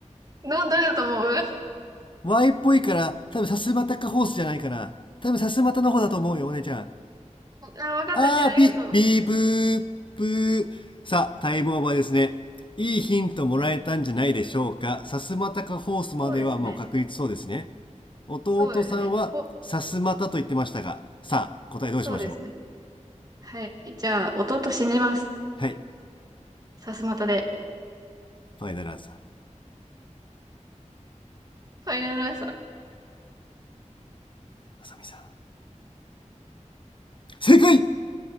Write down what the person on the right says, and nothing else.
の、どれだと思う
<laughs> あ、わかった。
じゃあ、ありがとう。
そうですね。
そうですね。ほ、
そうですね。はい。じゃあ、弟信じます。
さすまたで。
ファイナルアンサ